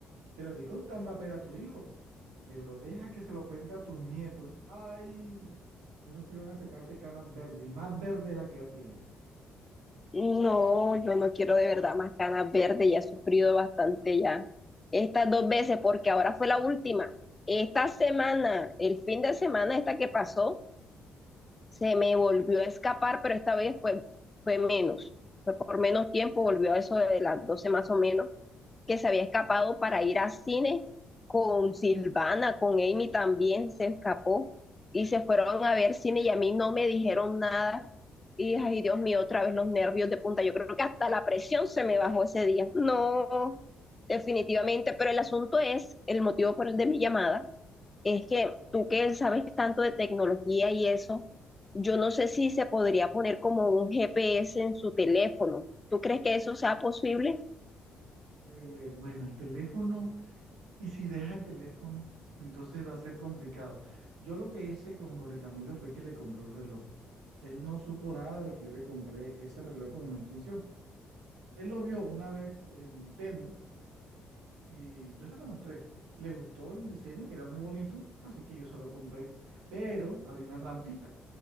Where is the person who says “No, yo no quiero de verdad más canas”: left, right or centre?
Left